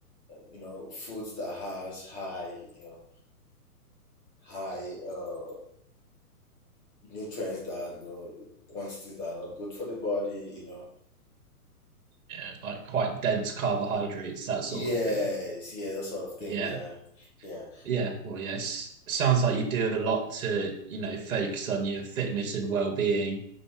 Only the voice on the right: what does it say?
Yeah, like quite dense carbohydrates, that
sort of thing.
Yeah.
Yeah. Well, yes. Sounds like you do a lot to, you know, focus on your fitness and well-being